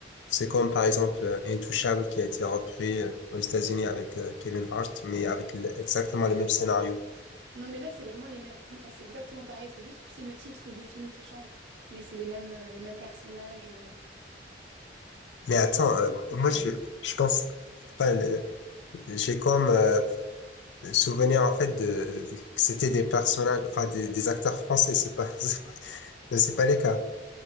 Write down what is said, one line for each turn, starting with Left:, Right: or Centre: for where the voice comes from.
Left: c'est comme, par exemple, euh, Intouchable qui a été repris euh, aux États-Unis avec euh, Kevin Hart, mais avec le- exactement le même scénario.
Right: Non mais là c'est vraiment les mêmes, enfin c'est exactement pareil, c'est juste tu sais le titre du film qui change mais c'est les mêmes euh, les mêmes personnages euh.
Left: Mais attends,
Right: Enfin, c'est
Left: euh,
Right: juste
Left: moi,
Right: une traduction.
Left: je, je pense... Enfin, le- j'ai comme euh, souvenir, en fait, de, de- que c'était des personnages, enfin, des, des acteurs français. C'est pas... <laughs> c'est pas Non, c'est pas les cas.